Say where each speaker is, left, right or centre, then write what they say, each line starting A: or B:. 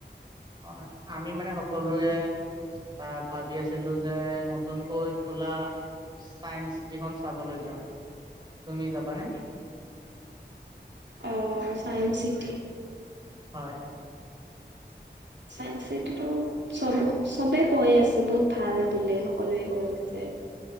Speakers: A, on the right; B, on the right.
A: অ' আমি মানে সকলোৱে আহ! ভাবি আছিলো যে নতুনকৈ খোলা চাইন্স চিটিখন চাবলৈ যাম! তুমি যাবানে?
B: অ', চাইন্স চিটি?
A: হয়,
B: চাইন্স চিটি টো চব চবে কৈ আছে বহুত ভাল বোলে! সকলোৱে কৈ আছে।